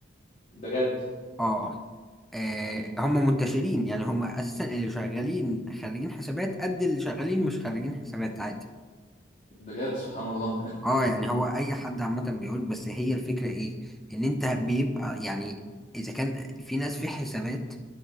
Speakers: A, on the left; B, in the centre.
A: بجد
B: اه, آه
A: مم.
B: هم منتشرين يعني هم اساسا اللي شغالين خريجين حسابات قد اللي شغالين مش خريجين حسابات عادي
A: بجد سبحان الله
B: اه يعني هو اي حد عامه بيقول بس هي الفكره ايه ان انت بيبقى يعني اذا كان في ناس في حسابات